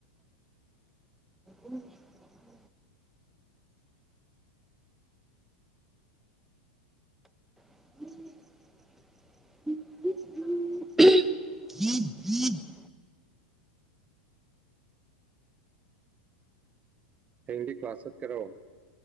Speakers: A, in the centre; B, on the right.
A: ꯎꯝ <inaudible> ꯏ <inaudible>
B: ꯍꯥꯌꯦꯡꯗꯤ ꯀ꯭ꯂꯥꯁ ꯆꯠꯀꯔꯔꯣ